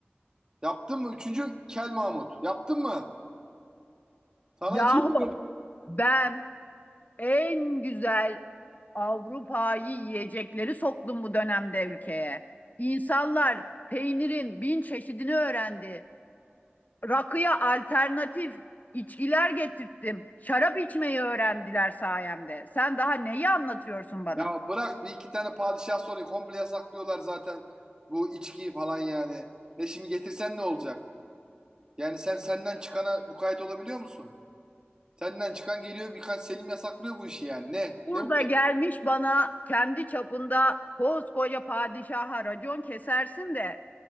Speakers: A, on the right (about 20°); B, on the left (about 45°).
A: Yaptın mı? Üçüncü Kel Mahmut. Yaptın mı? Sana
B: Yahu
A: <laughs>
B: ben en güzel Avrupa'yı yiyecekleri soktum bu dönemde ülkeye. İnsanlar peynirin bin çeşidini öğrendi. Rakıya alternatif içkiler getirttim. Şarap içmeyi öğrendiler sayemde. Sen daha neyi anlatıyorsun bana?
A: Ya bırak bir iki tane padişah soruyu komple yasaklıyorlar zaten. Bu içkiyi falan yani. Ve şimdi getirsen ne olacak? Yani sen senden çıkana mukayyet olabiliyor musun? Senden çıkan geliyor birkaç Selim yasaklıyor bu işi yani. Ne?
B: Burada
A: Ne bu?
B: gelmiş bana kendi çapında koskoca padişaha racon kesersin de